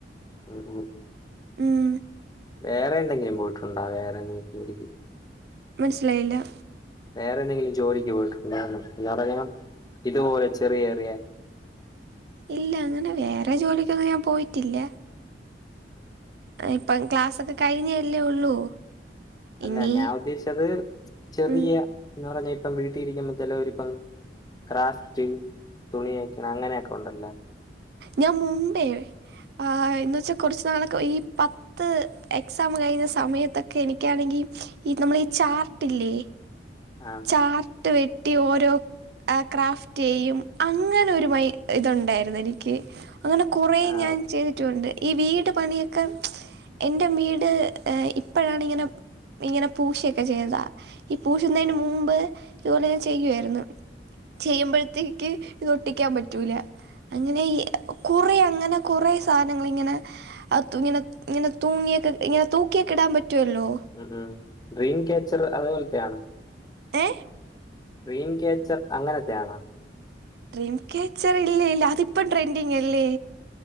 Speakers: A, on the left (about 20°); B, on the right (about 65°).
A: ഉം ഉംഉം
B: ഉം
A: വേറെവെടടേങ്കിലും പോയിട്ടുണ്ടാ വേറെ എന്തെങ്കിലും ജോലിക്ക്
B: മനസ്സിലായില്ല
A: വേറെ എന്തെങ്കിലും ജോലിക്ക് പോയിട്ടുണ്ടോന്ന് എന്ന് പറഞ്ഞ ഇതുപോലെ ചെറിയെറിയ
B: ഇല്ല അങ്ങനെ വേറെ ജോലിക്കൊന്നും ഞാൻ പോയിട്ടില്ല
A: ഉം
B: ദാ ഇപ്പം ക്ലാസ്സൊക്കെ കഴിഞ്ഞല്ലേ ഉള്ളൂ
A: അല്ല
B: ഇനി
A: ഞാൻ ഉദ്ദേശിച്ചത് ചെറിയ
B: ഉം
A: എന്ന് പറഞ്ഞാ ഇപ്പം വീട്ടിലിരിക്കുന്ന ചെലൊരിപ്പം ക്രാഫ്റ്റ് തുണി തയ്ക്കിണ അങ്ങനെയൊക്കെ ഒണ്ടല്ലോ
B: ഞാൻ മുമ്പേ ആ എന്ന് വെച്ചാ കുറച്ച് നാളൊക്കെ ഈ പത്ത് ത്ത് എക്സാം കഴിഞ്ഞ സമയത്തൊക്കെ എനിക്കാണെങ്കി ഈ നമ്മളെ ഈ ചാർട്ടില്ലേ?
A: ആ
B: ആർട്ട് വെട്ടി ഓരോ ആ ക്രാഫ്റ്റെയ്യും അങ്ങനെ ഒരു മൈ ഇതുണ്ടായിരുന്നു എനിക്ക്. അങ്ങനെ കൊറേ
A: ആ
B: ഞാൻ ചെയ്ത് ട്ടുണ്ട് ഈ വീട് പണിയൊക്കെ എൻ്റെ വീട് ഇപ്പോഴാണിങ്ങനെ ഇങ്ങനെ പൂശിയൊക്കെ ചെയ്തതാ ഈ പൂശുന്നതിന്
A: ആ
B: മുമ്പ് ഇതുപോലെ ഞാൻ ചെയ്യുവാരുന്നു ചെയ്യുമ്പോഴത്തേക്ക് ഇതൊട്ടിക്കാൻ പറ്റൂല അങ്ങനെ ഈ കൊറ അങ്ങനെ കൊറ സാനങ്ങള് ഇങ്ങനെ അ തു ഇങ്ങനെ ഇങ്ങനെ തൂങ്ങിയൊക്കെ ഇങ്ങനെ തൂക്കിയൊക്കെ ഇടാൻ പറ്റുവല്ലോ
A: ഉം ഉം ഡ്രീം കാച്ചർ അതേപോലെത്തെയാണ്
B: ഏ
A: ട്രീം കേച്ചർ അങ്ങനത്തെയാണോ?
B: ഡ്രീം ക്യാച്ചർ ഇല്ലേ ഇല്ല അതിപ്പം ട്രെൻഡിങ് അല്ലേ